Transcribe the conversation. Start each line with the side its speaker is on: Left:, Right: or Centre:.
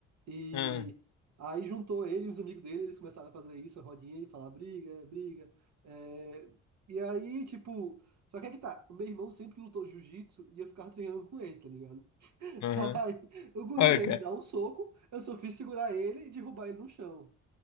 Right: E
Left: hum,
Right: aí juntou ele e os amigos dele, eles começaram a fazer isso, a rodinha, e falar briga, briga, é... E aí, tipo, só que é que tá, o meu irmão sempre lutou jiu-jitsu e eu ficava treinando com ele, tá ligado? <laughs>
Left: aham.
Right: Aí, o guri
Left: Olha,
Right: veio
Left: cara.
Right: me dar um soco, eu só fiz segurar ele e derrubar ele no chão.